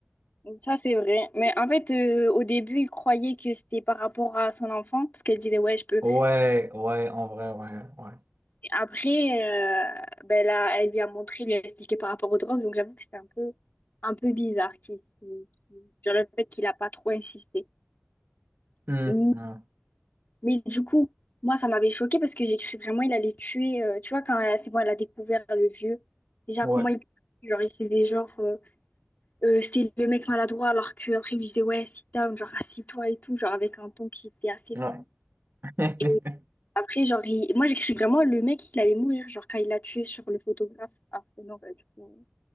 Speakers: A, on the left (about 45°); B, on the right (about 55°).
A: ça c'est vrai. Mais en fait, euh, au début, il croyait que c'était par rapport à son enfant, parce qu'elle disait, ouais, je peux.
B: Ouais, ouais, en vrai, ouais, ouais.
A: Et après, euh, ben là, elle lui a montré, lui a expliqué par rapport aux drogues, donc j'avoue que c'était un peu, un peu bizarre qu'il, qu'il- qu'il- genre le fait qu'il a pas trop insisté.
B: Hum,
A: Mais,
B: hum,
A: mais du coup, moi, ça m'avait choqué parce que j'ai cru vraiment il allait tuer. euh, tu vois, quand elle- c'est bon, elle a découvert le vieux, déjà,
B: ouais,
A: comment il. Genre, il faisait genre. euh, Euh, c'était le mec maladroit, alors qu'après, il lui disait, ouais, sit down, genre, assis-toi et tout, genre, avec un ton qui était assez
B: ouais.
A: ferme.
B: <laughs>
A: Et après, genre, il- moi, j'ai cru vraiment, le mec, il allait mourir, genre, quand il l'a tué sur le photographe. Ah, mais non, bah, du coup,